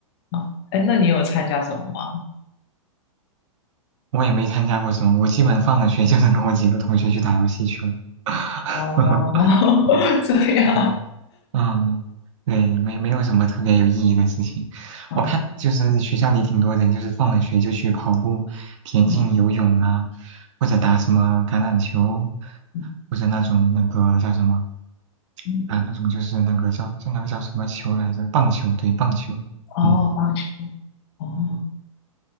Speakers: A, on the left; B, on the right.
A: 哦哎，那你有参加什么吗？
B: 我也没参加过什么，我基本放了学就是跟我几个同学去打游戏去了。<laughs>
A: 哦，
B: 嗯
A: <laughs> 这样
B: 嗯嗯，对，没没有什么特别有意义的事情。
A: 啊，
B: 我看就是学校里挺多人，就是放了学就去跑步、田径、
A: 嗯
B: 游泳啊，或者打什么橄榄球，
A: 嗯
B: 或者那种那个叫什么
A: 嗯，
B: 啊，那种就是那个叫叫那个叫什么球来着？棒球，对，棒球。
A: 哦，
B: 嗯
A: 棒球，哦。